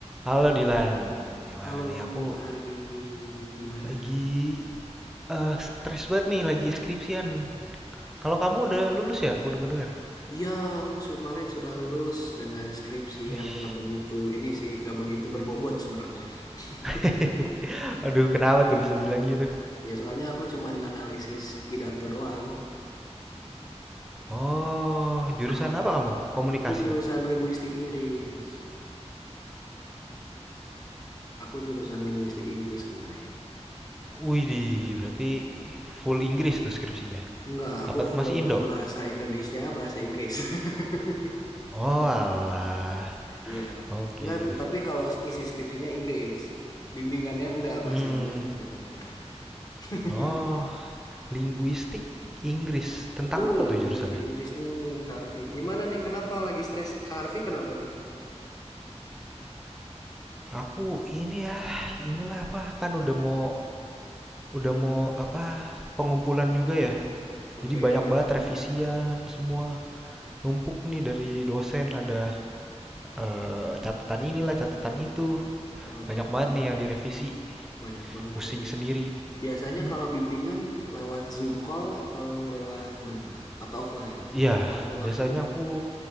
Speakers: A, in the centre; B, on the left.
A: Halo Dilan, gimana
B: Halo
A: nih? Aku
B: Kak Harvey, gimana?
A: lagi eh stres banget nih, lagi skripsian. Kalau kamu udah lulus ya, aku denger-dengar.
B: Iya, aku su- kemarin sudah lulus dengan skripsi
A: Wih.
B: yang nggak begitu ini sih, nggak begitu berbobot sebenarnya. <laughs>
A: <laughs> Aduh, kenapa tuh bisa bilang gitu?
B: Ya soalnya aku cuma nganalisis pidato doang.
A: Oh, jurusan
B: Aku
A: apa kamu? Komunikasi.
B: aku jurusan linguistik Inggris. Aku jurusan linguistik Inggris kemarin.
A: Wih, di berarti full Inggris tuh skripsinya.
B: Enggak, aku
A: Apa
B: full
A: masih Indo?
B: bahasa Indonesia, bahasa Inggris. <laughs>
A: Oh, alah.
B: Iya.
A: Oke.
B: Enggak, tapi kalau isi skripsinya Inggris, bimbingannya enggak
A: Hmm.
B: bahasa Indonesia, bimbingannya. <laughs>
A: Oh, linguistik Inggris. Tentang
B: Betul,
A: apa tuh
B: linguistik
A: jurusannya?
B: Inggris nih, Kak Arfi. Gimana nih, kenapa lagi stres? Kak Arfi kenapa nih?
A: Aku ini ya, inilah apa kan udah mau udah mau apa pengumpulan juga ya.
B: Oke,
A: Jadi banyak banget revisian semua. Numpuk nih dari dosen ada eh, catatan inilah, catatan itu.
B: Waduh,
A: Banyak banget nih yang direvisi.
B: banyak banget
A: Pusing
B: ya.
A: sendiri.
B: Biasanya
A: Mm-mm.
B: kalau bimbingan lewat Zoom call atau lewat mana? Atau offline?
A: Iya,
B: Atau ketemu
A: biasanya
B: langsung?
A: aku